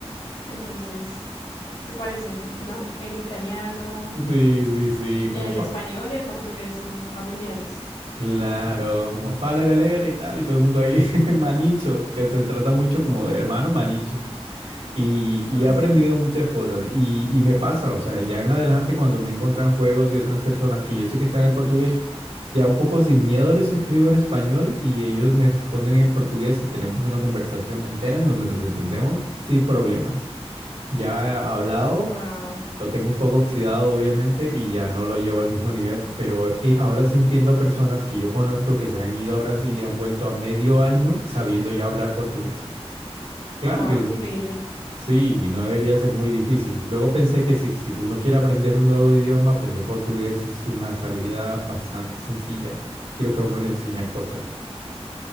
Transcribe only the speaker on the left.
entonces se parecen, ¿no? El italiano,
el
español y el portugués son familiares.
Ah,
sí.
Wow,
wow,
increíble.